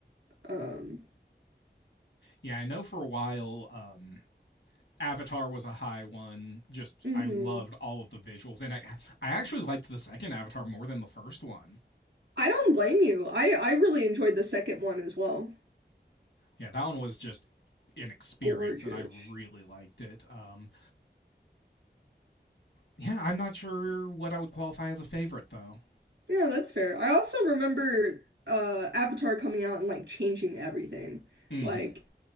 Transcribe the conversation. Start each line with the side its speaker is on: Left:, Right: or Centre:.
Right: Um
Left: Yeah, I know for a while, um, Avatar was a high one. Just
Right: mhm.
Left: I loved all of the visuals, and I I actually liked the second Avatar more than the first one.
Right: I don't blame you. I I really enjoyed the second one as well.
Left: Yeah, that one was just an experience,
Right: Gorgeous.
Left: and I really liked it. Um, yeah, I'm not sure what I would qualify as a favorite though.
Right: Yeah, that's fair. I also remember uh Avatar coming out and like changing everything.
Left: Mm-hmm.
Right: Like